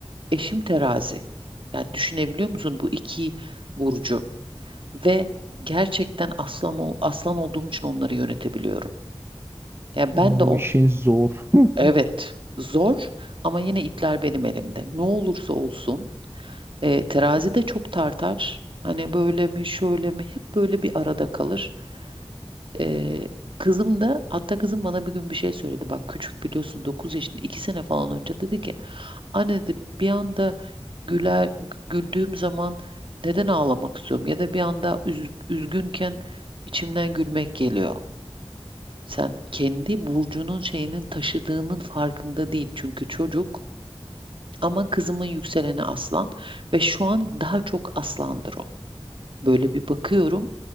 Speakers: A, on the right (about 55°); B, on the right (about 25°).
A: Eşim terazi. Yani düşünebiliyor musun bu iki burcu ve gerçekten aslan ol- aslan olduğum için onları yönetebiliyorum. Yani
B: O
A: ben de on
B: işin zor. <laughs>
A: evet zor ama yine ipler benim elimde. Ne olursa olsun e, terazi de çok tartar. Hani böyle mi şöyle mi hep böyle bir arada kalır. Ee, kızım da hatta kızım bana bir gün bir şey söyledi. Bak küçük biliyorsun dokuz yaşında 2 sene falan önce dedi ki anne dedi bir anda güler güldüğüm zaman neden ağlamak istiyorum ya da bir anda üz- üzgünken içimden gülmek geliyor. Sen kendi burcunun şeyinin taşıdığının farkında değil çünkü çocuk ama kızımın yükseleni aslan ve şu an daha çok aslandır o. Böyle bir bakıyorum.